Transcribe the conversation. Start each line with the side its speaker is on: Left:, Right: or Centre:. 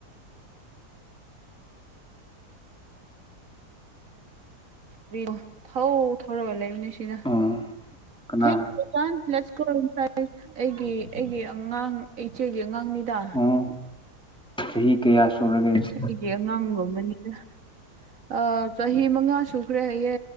Right: <unintelligible> ꯊꯧ ꯊꯧꯔꯒ ꯂꯩꯕꯅꯦ ꯁꯤꯗ
Centre: ꯎꯝ ꯀꯅꯥ
Right: <unintelligible> ꯑꯩꯒꯤ ꯑꯩꯒꯤ ꯑꯉꯥꯡ ꯏꯆꯦꯒꯤ ꯑꯉꯥꯡꯅꯤꯗ
Centre: ꯎꯝ ꯆꯍꯤ ꯀꯌꯥ ꯁꯨꯔꯒꯦ
Right: ꯑꯩꯒꯤ ꯑꯉꯥꯡꯒꯨꯝꯕꯅꯤꯗ ꯑꯥ ꯆꯍꯤ ꯃꯉꯥ ꯁꯨꯈ꯭ꯔꯦ ꯍꯥꯏꯌꯦ